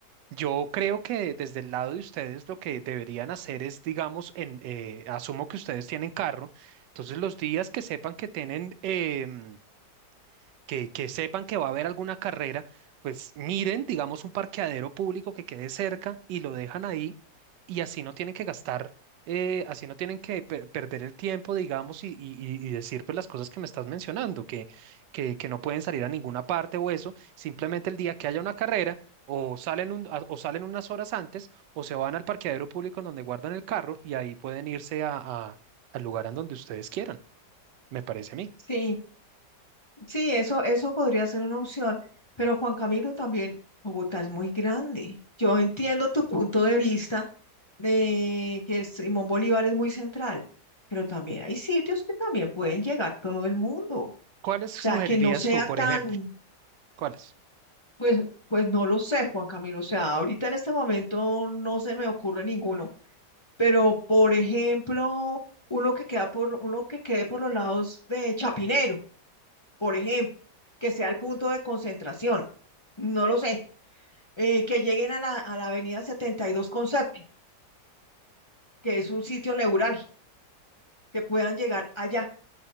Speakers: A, on the right; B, on the left.
A: Yo creo que desde el lado de ustedes lo que deberían hacer es, digamos, en, eh, asumo que ustedes tienen carro, entonces los días que sepan que tienen... em, que, que sepan que va a haber alguna carrera, pues miren, digamos, un parqueadero público que quede cerca y lo dejan ahí y así no tienen que gastar, eh, así no tienen que per- perder el tiempo, digamos, y, y- y- y decir pues las cosas que me estás mencionando, que, que, que no pueden salir a ninguna parte o eso, simplemente el día que haya una carrera. O salen, un- a- o salen unas horas antes, o se van al parqueadero público en donde guardan el carro y ahí pueden irse a- a- al lugar en donde ustedes quieran, me parece a mí.
B: Sí, Sí, eso, eso podría ser una opción, pero Juan Camilo también, Bogotá es muy grande. Yo entiendo tu punto de vista de que el Simón Bolívar es muy central, pero también hay sitios que también pueden llegar todo el mundo. O
A: ¿Cuáles sugerirías
B: sea, que no sea
A: tú, por
B: tan,
A: ejemplo? ¿Cuáles?
B: pues, pues no lo sé, Juan Camilo. O sea, ahorita en este momento no se me ocurre ninguno, pero por ejemplo, uno que queda por, uno que quede por los lados de Chapinero. por ejemplo, que sea el punto de concentración, no lo sé, eh, que lleguen a la, a la avenida 72 con Sati, que es un sitio neurálgico, que puedan llegar allá,